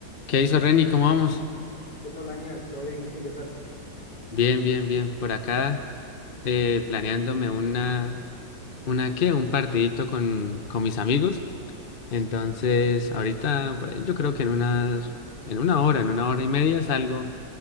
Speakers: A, on the left; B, on the left.
A: ¿Qué hizo Reni? ¿Cómo vamos?
B: ¿Qué tal, Daniel? ¿Todo bien? ¿Y tú qué tal?
A: Bien, bien, bien. Por acá, eh, planeándome una, una ¿qué? Un partidito con, con mis amigos. Entonces, ahorita, por ahí, yo creo que en unas, en una hora, en una hora y media salgo,